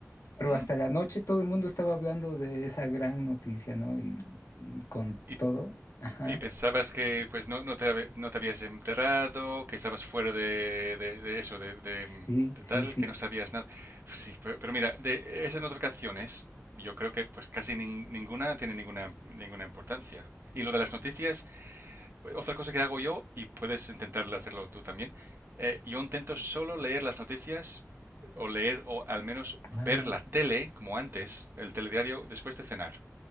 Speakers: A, on the left; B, on the right.
A: Pero
B: Mm.
A: hasta la noche todo el mundo estaba hablando de esa gran noticia, ¿no? Y, y con
B: Y
A: todo. Ajá.
B: Y pensabas que pues no, no te, habe- no te habías enterado, que estabas fuera de, de- de eso, de, de-
A: Sí,
B: de
A: sí,
B: tal,
A: sí.
B: que no sabías nada. Sí, pe- pero, mira, de esas notificaciones, yo creo que pues casi nin- ninguna tiene ninguna, ninguna importancia. Y lo de las noticias, otra cosa que hago yo, y puedes intentar hacerlo tú también, eh, yo intento solo leer las noticias o leer o al menos ver
A: Ah,
B: la tele, como antes, el telediario, después de cenar